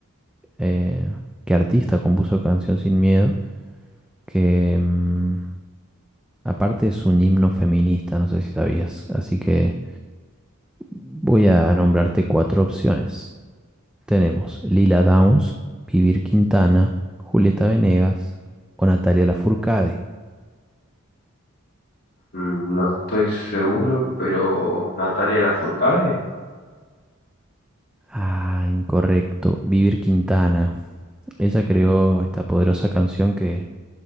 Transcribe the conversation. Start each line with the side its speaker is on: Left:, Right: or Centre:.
Centre: eh, qué artista compuso Canción sin Miedo. Que mm, aparte es un himno feminista, no sé si sabías. Así que voy a nombrarte cuatro opciones. Tenemos Lila Downs, Vivir Quintana, Julieta Venegas o Natalia Lafourcade.
Left: Mm, No estoy seguro, pero Natalia Lafourcade,
Centre: Ah, incorrecto. Vivir Quintana. Ella creó esta poderosa canción que,